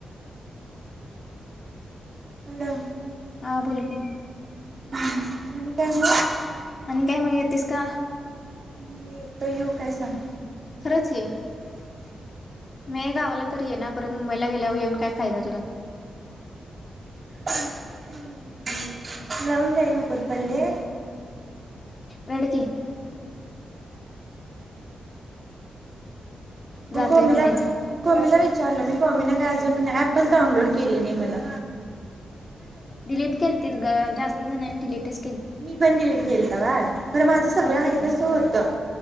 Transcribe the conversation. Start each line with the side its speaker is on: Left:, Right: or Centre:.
Right: हॅलो
Left: हा बोल की
Right: ह् आणि काय म
Left: आणि काय मग येतेस का
Right: मी येतो येऊ काय सांग?
Left: खरच ये मी गावाला तर ये ना परत मुंबईला गेल्यावर येऊन काय फायदा तुझा
Right: हम् लाऊन देणं ना कुलपले
Left: रड की जातोय
Right: हो कोमीला,
Left: म्हणायचं
Right: कोमीला विचारलं मी कोमीला अजून ऍपच डाउनलोड केली नाही मला.
Left: डिलीट केलटीत ग जास्त जनी डलीटच
Right: मी पण डिलीट केल बाळ खरं माझ सगळं
Left: परत
Right: आहे
Left: घेतलीस
Right: तस होत.